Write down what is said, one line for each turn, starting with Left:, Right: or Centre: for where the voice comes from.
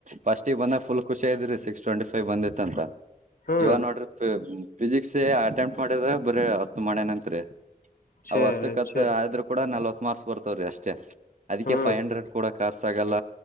Right: ಫಸ್ಟಿಗೆ ಬಂದ ಫುಲ್ ಖುಷಿ ಇದ್ರರಿ ಸಿಕ್ಸ್ ಟ್ವೆಂಟಿ ಫೈ್ ಬಂದಿತ್ ಅಂತ.
Left: ಹಾ.
Right: ಇವ ನೋಡ್ರಿ ಫಿಸಿಕ್ಸ್ ಅಟೆಂಪ್ಟ್ ಮಾಡಿದ್ರ ಬರ ಹತ್ತು ಮಡ್ಯಾನತ್ರಿ.
Left: ಛೇ!
Right: ಅವ್ ಹತ್ತಕ್ ಹತ್
Left: ಛೇ!
Right: ಆದ್ರರು ಕೂಡ ನಲ್ವತ್ ಮಾರ್ಕ್ಸ್ ಬರ್ತವ್ರೀ ಅಷ್ಟೇ ಅದಕ್ಕೆ
Left: ಹಾ.
Right: ಫೈ್ ಹಂಡ್ರೆಡ್ ಕೂಡ. ಕರ್ಸಗಲ್ಲ